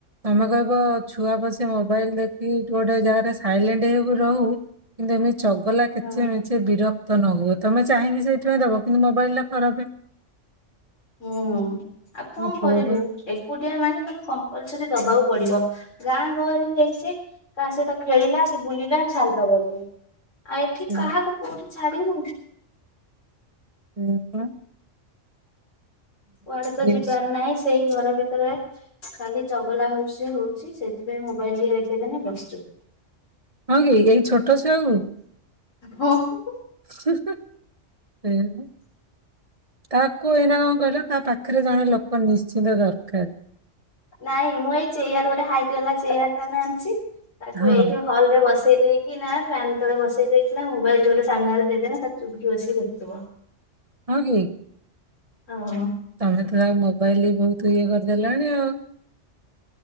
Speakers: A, on the right; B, on the left.
A: ତମେ କହିବ ଛୁଆ ବସି ମୋବାଇଲ ଦେଖିକି ଗୋଟେ ଜାଗାରେ ସାଇଲେଣ୍ଟ୍ ହେଇକି ରହୁ। କିନ୍ତୁ ଏମିତି ଚଗଲା କିଚେ
B: ହଁ।
A: ମିଚେ ବିରକ୍ତ ନ ହୁଅ। ତମେ ଚାହିଁକି ସେଇଥିପାଇଁ ଦବ କିନ୍ତୁ ମୋବାଇଲ ଟା ଖରାପ
B: ହୁଁ ଆଉ କଣ
A: ମୋ ପୁଅ
B: କରିବୁ
A: ବା
B: ଏକୁଟିଆ ମାନେ ମେ କମ୍ପଲସରି ଦବାକୁ ପଡିବ। ଗାଁ ଗହଳି ହେଇଛି କାହା ସହିତ ଖେଳିଲା କି ବୁଲିଲା ଛାଡିଦବ ତମେ। ଆଉ ଏଠି
A: ସେ
B: କାହାକୁ କୋଉଠି ଛା ଛାଡିବୁ।
A: ସେୟା ପା।
B: କୁଆଡେ ତ ଯିବାର
A: ଅଛି।
B: ନାହିଁ ସେଇ ଘର ଭିତରେ ଖାଲି ଚଗଲା ହଉଛି ଯେ ହଉଛି। ସେଥିପାଇଁ ମୋବାଇଲ ଟିକେ ଦେଖେଇ ଦେଲେ ବସି ଚୁପ୍।
A: ହଁ କି ଏଇ ଛୋଟ ଛୁଆ କୁ
B: ହଁ <unintelligible>
A: ହିଁ ହି <unintelligible> ସେୟା ବା। ତାକୁ ଏଇନା କଣ କହିଲ ତା ପାଖ ପାଖରେ ଜଣେ ଲୋକ ନିଶ୍ଚିନ୍ତ ଦରକାର।
B: ନାଇଁ ମୁଁ ଏଇ ଚେୟାର ଗୋଟେ ହାଇଟ ବାଲା ଚେୟାର ତାନେ ଆଣିଛି। ତାକୁ
A: ହଁ
B: ଏଇଠି ହଲ ରେ ବସେ ବସେଇ ଦେଇକି ନା ଫ୍ୟନ୍ ତଳେ ବସେଇ ଦେଇକି ନା ମୋବାଇଲ ଏଠି ଗୋଟେ ସାମ୍ନାରେ ଦେଇଦେନେ ତାର ଚୁପୁକି ବସିକି ଦେଖୁଥିବ।
A: ହଁ କି?
B: ଓହୋ।
A: ତମେ ତ ମୋବାଇଲ ବହୁତ ଇଏ କରିଦେଲଣି ଆଉ।